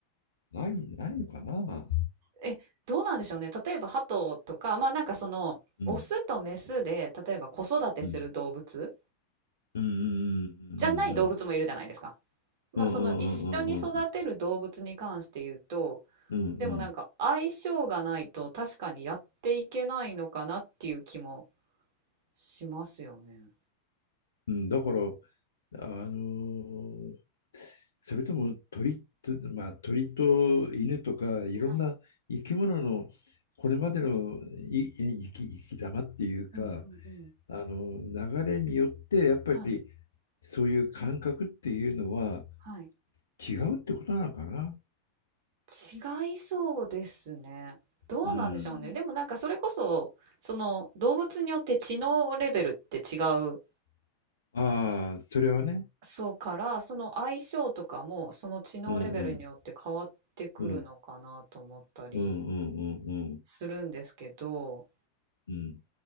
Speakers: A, on the left (about 70°); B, on the right (about 50°).
A: ない、ないのかな
B: え、どうなんでしょうね。例えば、ハトとか、まあなんかその、
A: うん
B: オスとメスで、例えば子育てする動物
A: うんうんうんうん
B: じゃない動物もいるじゃないですか。まあその一緒に育てる動物に関して言うと、
A: うんうんうんうんうんうんうんうんうん
B: でもなんか相性がないと確かにやっていけないのかなっていう気もしますよね。
A: うんだから、あの、それとも鳥と、まあ、鳥と犬とかいろんな生き物のこれまでのい生き、
B: はい。
A: 生き様っていうか、
B: うんうんうん。
A: あの流れによってやっぱり
B: はい。
A: そういう感覚っていうのは
B: はい。
A: 違うってことなのかな。
B: 違いそうですね。どうなんでしょうね。
A: うん。
B: でもなんかそれこそ、その動物によって知能レベルって違う
A: ああ、それはね。
B: そうから、その相性とかもその知能レベルによって変わってくるのかなと思ったり
A: うんうんうんうんうんうんうん
B: するんですけど、
A: うん。